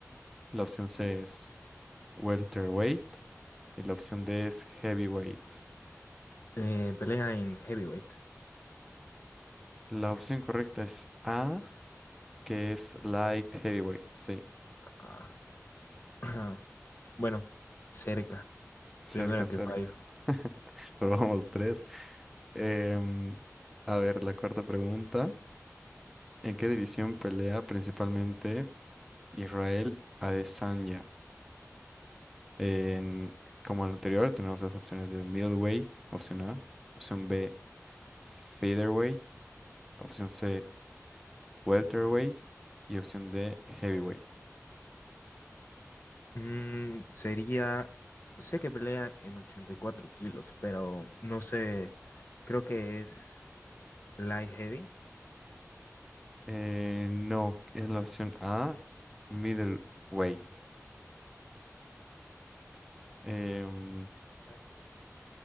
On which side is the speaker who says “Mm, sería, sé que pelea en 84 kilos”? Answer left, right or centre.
Left